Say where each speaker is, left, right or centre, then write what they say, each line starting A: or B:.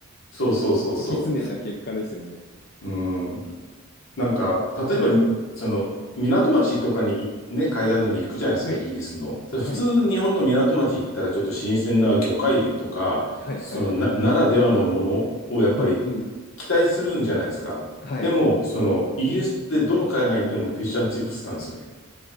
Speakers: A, on the left; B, on the left.
A: そうそうそうそ
B: 突き詰めた結果ですよね。
A: う。うん。なんか、
B: いやー、はい、
A: 例えば、その、港町とかにい、ね、海岸沿いに行くじゃないですか、
B: はい、
A: イギリスの。ただ普通、
B: はい、
A: 日本の港町行ったら、ちょっと新鮮な魚介類とか、
B: はい、
A: そのな、
B: はい。
A: ならではのものをやっぱり
B: うん、うん、
A: 期待するんじゃないですか。
B: はい。
A: でも、その、イギリスってどの海岸行ってもフィッシュチップスなんですよね。